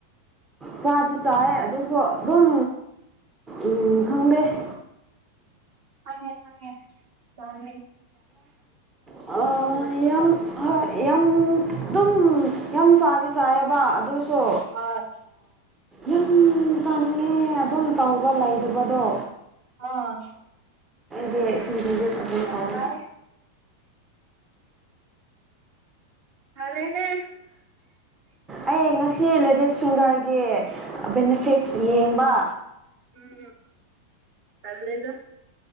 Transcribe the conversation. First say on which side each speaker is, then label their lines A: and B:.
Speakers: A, on the right; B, on the right.
A: ꯆꯥꯗꯤ ꯆꯥꯏ ꯑꯗꯨꯁꯨ ꯑꯗꯨꯝ ꯎꯝ ꯈꯪꯗꯦ <inaudible>
B: ꯐꯉꯦ ꯊꯉꯦ ꯆꯥꯡ
A: ꯌ ꯌꯝ ꯍ ꯌꯗꯝ ꯑꯗꯨꯝ ꯌꯥꯝ ꯆꯥꯗꯤ ꯆꯥꯏꯌꯦꯕ ꯑꯗꯨꯁꯨ
B: ꯑꯥ
A: ꯌꯥꯝ ꯆꯥꯅꯤꯡꯉꯦ ꯑꯗꯨꯝ ꯇꯧꯕ ꯂꯩꯇꯕꯗꯣ
B: ꯑꯥ
A: ꯗ ꯁꯤꯔꯔꯦꯗ
B: ꯌꯥꯝ
A: ꯄꯥꯎ
B: ꯐꯩ ꯑꯔꯦꯅꯦ
A: ꯑꯩ ꯉꯁꯤ ꯂꯦꯗꯤꯁ ꯐꯤꯡꯒꯔꯒꯤ ꯕꯦꯅꯤꯐꯤꯠꯁ ꯌꯦꯡꯕ
B: ꯎꯝ ꯀꯂꯦꯗ